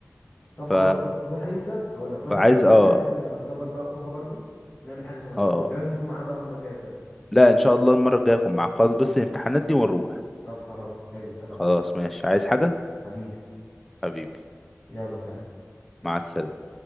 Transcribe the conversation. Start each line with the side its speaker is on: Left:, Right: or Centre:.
Left: طب خلاص
Centre: ف...
Left: روح انت اقول لك روح
Centre: فعايز
Left: انت وبعد
Centre: اه
Left: كده ممكن نبقى نظبط بقى خروجه برضو نعمل حاجه شبه كده
Centre: اه آه.
Left: بس لازم تكون معانا بقى المره الجايه بجد
Centre: لا ان شاء الله المره الجايه اكون معاك خلاص بس الامتحانات دي ونروح
Left: طب خلاص حلو اتفقنا
Centre: خلاص ماشي عايز حاجه
Left: حبيبي
Centre: حبيبي
Left: يلا سلام
Centre: مع السلامه